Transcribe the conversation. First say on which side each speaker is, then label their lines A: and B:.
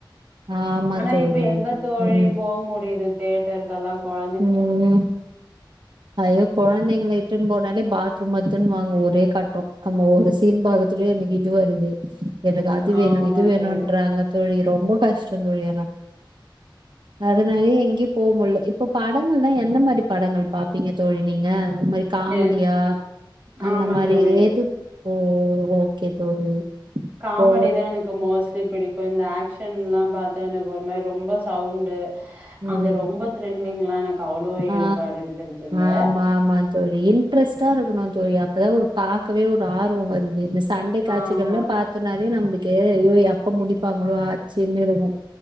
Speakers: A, on the right; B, on the right.
A: ஆமா
B: ஆனா
A: தோழி
B: இப்ப எங்க தோழி
A: ம்
B: போ முடியுது தேட்டர்க்கெல்லா கொழ
A: ம் ஐயோ கொழந்தைங்கள இட்டுன் போனாலே பாத்ரூம் வர்துன்னு வாங்கோ ஒரே கட்டோ நம்ம ஒரு சீன் பாக்க துவே எனக்கு இது வருது எனக்கு அது
B: ஆமா
A: வேணு இது வேணுன்றாங்க
B: தோழி
A: தோழி ரொம்ப கஷ்டொந்தோழி ஆனா அதனாலே எங்கயு போமுல்ல இப் போ படங்கள்லா என்ன மாரி படங்கள் பாப்பீங்க தோழி நீங்க இந்த மாரி காமெடியா
B: ஏ
A: அந்த
B: ஆமா
A: மாரி
B: தோழி
A: ஏது ஓ ஓகே தோழி
B: காமடி
A: இப்போ
B: தா எனக் கு மோஸ்ட்லி பிடிக்கு இந்த ஆக்ஷன்லா பாத்தா எனக்கு ஒரு மாரி ரொம்ப சவுண்டு
A: ம்
B: அந்த ரொம்ப த்ரில்லிங்லா எனக்கு அவ்ளோ ஈடுபாடு
A: ஆ
B: இருக்குறதில்ல
A: ஆமா ஆமா தோழி இன்ட்ரஸ்டா இருக்கனு தோழி அப்பதா ஒரு பாக்கவே ஒரு ஆர்வோ வருது இந்தச் சண்டை காச்சிகள்லா
B: ஆமா
A: பாத்தோனாவே நம்ளுக்கு ஐயோ எப்ப முடிப்பாங்களோ ஆச்சுன்னு இருக்கு